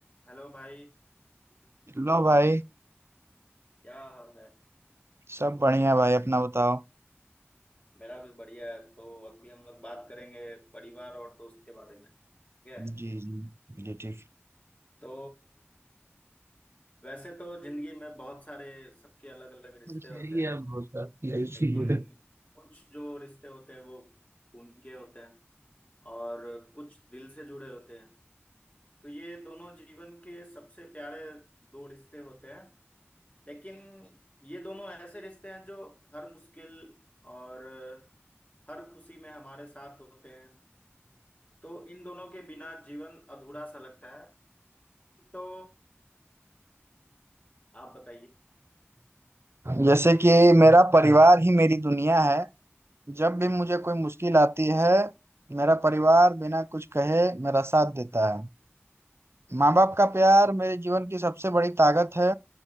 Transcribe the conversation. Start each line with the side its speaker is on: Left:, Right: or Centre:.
Left: Hello भाई
Right: लो भाई
Left: क्या हाल है
Right: सब बढ़िया भाई अपना बताओ
Left: मेरा भी बढ़िया है तो अभी हम लोग बात करेंगे परिवार और दोस्त के बारे में ठीक है
Right: जी जी जी ठीक
Left: तो वैसे तो जिंदगी में बहुत सारे सबके अलग अलग रिश्ते
Right: बस
Left: होते
Right: यही
Left: हैं
Right: है बहुत सारी ऐसी
Left: लेकिन
Right: है।
Left: कुछ जो रिश्ते होते हैं वो खून के होते हैं और कुछ दिल से जुड़े होते हैं तो ये दोनों जीवन के सबसे प्यारे दो रिश्ते होते हैं लेकिन ये दोनों ऐसे रिश्ते हैं जो हर मुश्किल और हर खुशी में हमारे साथ होते हैं तो इन दोनों के बिना जीवन अधूरा सा लगता है तो आप बताइए
Right: जैसे कि मेरा परिवार ही मेरी दुनिया है जब भी मुझे कोई मुश्किल आती है मेरा परिवार बिना कुछ कहे मेरा साथ देता है माँ बाप का प्यार मेरे जीवन की सबसे बड़ी ताकत है